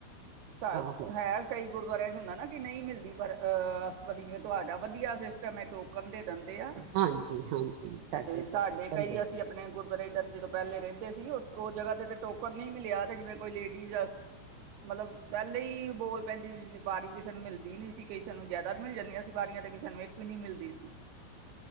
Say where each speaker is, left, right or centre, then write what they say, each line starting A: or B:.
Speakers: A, on the right (about 65°); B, on the right (about 75°).
A: ਸਸ
B: ਆਹੋ
A: ਹੈ ਕਈ ਗੁਰਦੁਆਰਿਆਂ ਚੋ ਹੁੰਦਾ ਨਾ ਕਿ ਨਹੀਂ ਮਿਲਦੀ ਪਰ ਅਹ ਵਧੀਆ ਜਿਵੇਂ ਤੁਹਾਡਾ ਵਧੀਆ ਸਿਸਟਮ ਹੈ ਟੋਕਨ ਦੇਨ। ਦੇ ਆ
B: ਹਾਂਜੀ ਹਾਂਜੀ
A: ਸਾਡੇ
B: ਤੇ ਟੋਕਨ
A: ਕਈ
B: ਦਿੰਦੇ
A: ਅਸੀਂ
B: ਨੇ
A: ਆਪਣੇ ਗੁਰ ਕਨੇਡਾ ਚ ਜਦੋਂ ਪਹਿਲੇ ਰਹਿੰਦੇ ਸੀ ਉਥੋਂ ਉਹ ਜਗ੍ਹਾ ਤੇ ਤੇ ਟੋਕਰ ਨਹੀਂ ਮਿਲਿਆ ਤੇ ਜਿਵੇਂ ਕੋਈ ਲੇਡੀਜ ਮਤਲਬ ਪਹਿਲੇ ਹੀ ਬੋਲ ਪੈਂਦੀ ਸੀ ਬਾਰੀ ਕਿਸੇ ਨੂੰ ਮਿਲਦੀ ਨਹੀਂ ਸੀ ਕਈ ਸਾਨੂੰ ਸਭ ਨੂੰ ਮਿਲ ਜਾਂਦੀਆਂ ਸੀਂ ਬਾਰੀਆਂ ਦੇਖ ਸਾਨੂੰ ਇੱਕ ਵੀ ਨਹੀਂ ਮਿਲਦੀ ਸੀ।